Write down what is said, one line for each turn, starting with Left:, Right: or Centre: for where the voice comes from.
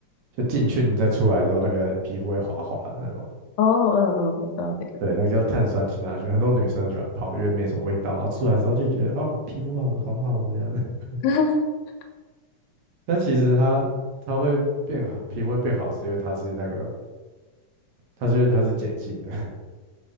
Right: 就进去你再出来之后，那个皮肤会滑滑的那种。
Left: 哦嗯嗯，我知道这个。
Right: 对，那个叫碳酸氢钠醛，很多女生喜欢泡，因为没什么味道，然后出来之后就觉得哦，皮肤好好好哦这样。<laughs>
Left: <laughs>
Right: 但其实它它会变好，皮肤会变好，是因为它是那个，它是因为它是碱性的，